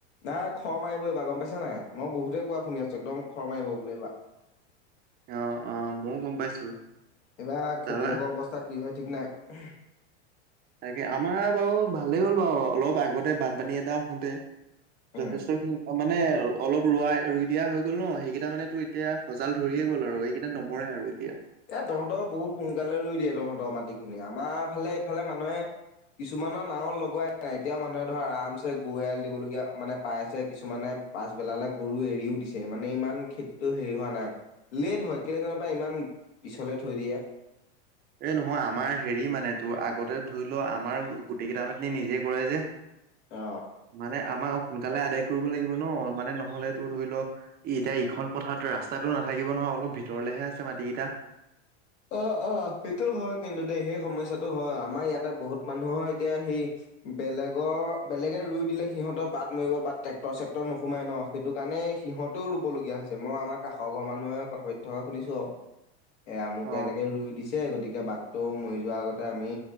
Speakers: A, on the left (about 80°); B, on the right (about 30°).
A: নাই খৰ মাৰিব এইবাৰ গম পাইছা নাই মই বহুতেই কোৱা শুনি আছো একদম খৰ মাৰিব বোলে এইবাৰ।
B: অ' অ' মইয়ো গম পাইছো।
A: এইবাৰ
B: তাৰপা
A: খেতিয়কৰ অৱস্থা কি হয় ঠিক নাই।
B: তাকে আমাৰ বাৰু ভালেই হ'ল বাৰু অলপ আগতে বানপানী এটা আহোঁতে
A: উম
B: যথেষ্টখিনি অ মানে অলপ ৰৱাই ৰুই দিয়া হৈ গ'ল ন, সেইকেইটা মানে তোৰ এতিয়া সজাল ধৰিয়ে গ'ল আৰু এই সেইকেইটা নমৰে আৰু এতিয়া।
A: এ তহঁতৰ বহুত সোনকালে ৰুই দিয়ে তহঁতৰ মাটি খিনি আমাৰ ফালে এইফালে মানুহে কিছুমানৰ নাঙল লগোৱাই নাই এতিয়াও মানুহে ধৰ আৰামছে গৰু এৰাল দিবলগীয়া মানে পাই আছে কিছুমানে পাছবেলালে গৰু এৰিও দিছে মানে ইমান খেতিটো হেৰি হোৱা নাই। লেট হয় কিয় জানো পাই ইমান পিছলে থৈ দিয়ে।
B: এ নহয় আমাৰ হেৰি মানে তোৰ আগতে ধৰি লও আমাৰ গোটেই কেইদৰা মাটি নিজে কৰে যে। <inaudible>
A: অ।
B: মানে আমাৰ সোনকালে আদায় কৰিব লাগিব ন মানে নহলে তোৰ ধৰি লও এতিয়া ইখন পথাৰত ৰাস্তাতো নাথাকিব নহয় অলপ ভিতৰলেহে আছে মাটি কেইটা।
A: অ অ সেইটো হয় কিন্তু দেই সেই সমস্যাটো হয় আমাৰ ইয়াতে বহুত মানুহৰ এতিয়া সেই বেলেগৰ বেলেগে ৰুই দিলে সিহঁতৰ বাট মৰিব বা টেক্টৰ চেক্টৰ নোসোমাই ন। সেইটো কাৰণে সিহতেও ৰুবলগীয়া হৈছে মই আমাৰ কাষৰ ঘৰ মানুহে কথা পাতি থকা শুনিছো আৰু। এ আমুকে
B: অ',
A: এনেকে ৰুই দিছে গতিকে বাটটো মৰি যোৱাৰ আগতে আমি